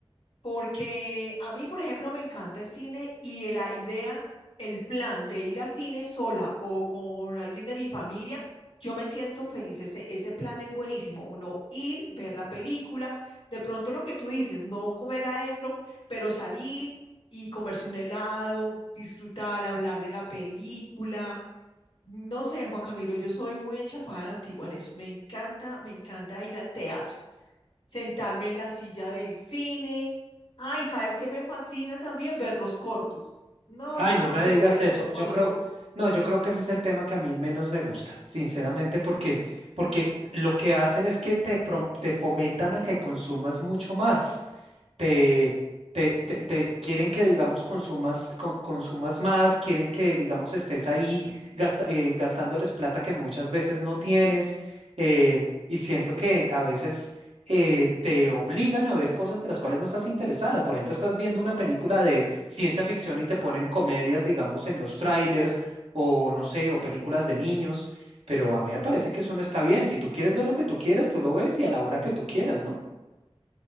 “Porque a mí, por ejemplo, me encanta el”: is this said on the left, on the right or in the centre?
Left